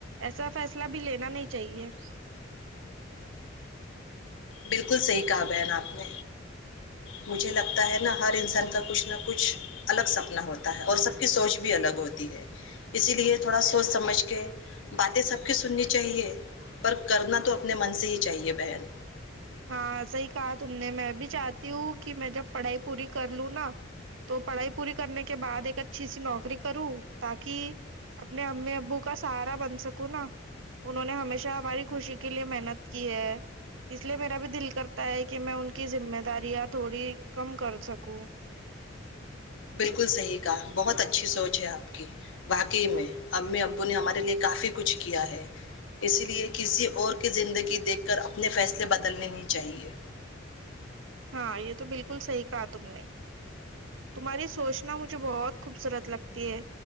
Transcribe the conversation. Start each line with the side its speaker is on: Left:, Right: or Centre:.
Right: ایسا فیصلہ بھی لینا نہیں چاہیے <unintelligible>
Left: بالکل صحیح کہا بہن آپ نے مجھے لگتا ہے نا ہر انسان کا کچھ نہ کچھ الگ سپنا ہوتا ہے اور سب کی سوچ بھی الگ ہوتی ہے اسی لیے تھوڑا سوچ سمجھ کے باتیں سب کی سننی چاہیے پر کرنا تو اپنے من سے ہی چاہیے بہن
Right: ہاں ایسا ہی کہا تم نے میں بھی چاہتی ہوں کہ میں جب پڑھائی پوری کر لوں نا تو پڑھائی پوری کرنے کے بد ایک اچھی سی نوکری نری کروں تاکہ اپنے امی ابو کا سہارا بن سکوں نا انہوں نے ہمیشہ ہماری خوشی کے لیے محنت کی ہے اس لیے میرا بھی دل کرتا ہے کہ میں ان کی ذمہ داریاں تھوڑی کم کر سکوں
Left: بالکل صحیح کہا بہت اچھی سوچ ہے آپ کی واقی میں امی ابو نے ہمارے لیے کافی کچھ کیا ہے اسی لیے کسی اور کی زندگی دیکھ کر اپنے فیصلے بدلنے نہیں چاہیے
Right: ہاں یہ تو بالکل صحیح کہا تم نے تمہاری سوچنا مجھے بہت خوبصورت لگتی ہے